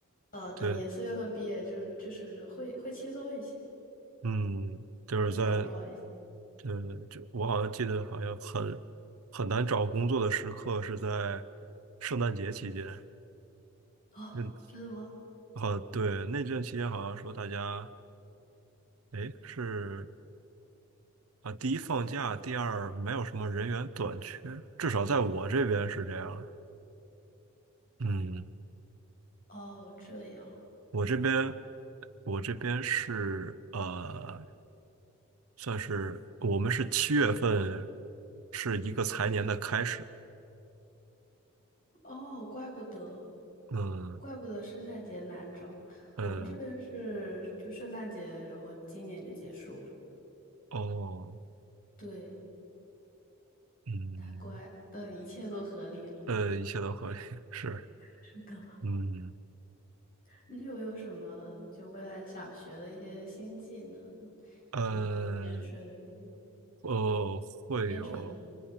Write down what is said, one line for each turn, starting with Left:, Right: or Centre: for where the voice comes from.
Left: 呃，等你四月份毕业，
Right: 对。
Left: 就是就是会会轻松一些，
Right: 嗯，就是在
Left: 就好找一些。
Right: 呃，就我好像记得，好像很很难找工作的时刻是在圣诞节期间。
Left: 哦，
Right: 嗯，
Left: 真的吗？
Right: 好，对，那阵期间好像说大家，哎，是啊，第一放假，第二没有什么人员短缺，至少在我这边是这样的嗯，
Left: 哦，这样，
Right: 我这边我这边是呃，算是我们是七月份是一个财年的开始。
Left: 哦，怪不得，
Right: 嗯。
Left: 怪不得圣诞节难找。
Right: 呃。
Left: 我们这边是就圣诞节，然后今年就结束了。
Right: 哦，
Left: 对，
Right: 嗯，
Left: 难怪，等一切都合理了。
Right: 呃，一切都合理，<laughs> 是，
Left: 是的，
Right: 嗯，
Left: 你有没有什么就未来想学的一些新技能呢？
Right: 呃，
Left: 比如潜水、
Right: 呃，会有，
Left: 编程。